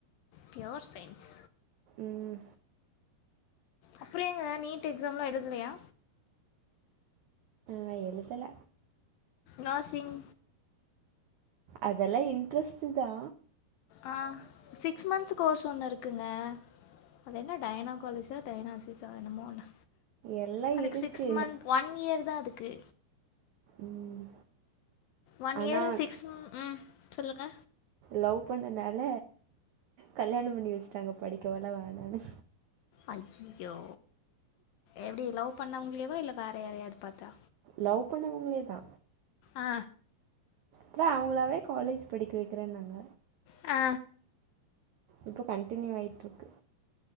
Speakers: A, on the left (about 75°); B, on the right (about 75°).
A: பியோர் சைன்ஸ்
B: ம்
A: அப்றோ ஏங்க நீட் எக்ஸாம்லா எழுதலயா
B: நா எழுதல
A: நர்சிங்
B: அதெல்லா இன்ட்ரெஸ்ட்டு தா
A: ஆ சிக்ஸ் மன்த்ஸ் கோர்ஸ் ஒன்னு இருக்குங்க அது என்ன டைனாக்காலிசா டைனாசிசா என்னமோ ஒன்னு
B: எல்லாம்
A: அதுக்கு
B: இருக்குது
A: சிக்ஸ் மன்த் ஒன் இயர் தா அதுக்கு
B: ம்
A: ஒன்
B: ஆனால்
A: இயரு சிக்ஸ் ம் சொல்லுங்க
B: லவ் பண்ணனால கல்யாணோ பண்ணி வச்ட்டாங்க படிக்கோல்லா வேணானு
A: அய்யியோ எப்டி லவ் பண்ணவங்ளேவா இல்ல வேற யாரயாது பாத்தா
B: லவ் பண்ணவங்ளே தா
A: ஆ
B: ப்றோ அவுங்களாவே காலேஜ் படிக்க வக்கிறேனாங்க
A: ஆ
B: இப்ப கன்டினியூ ஆய்ட்ருக்கு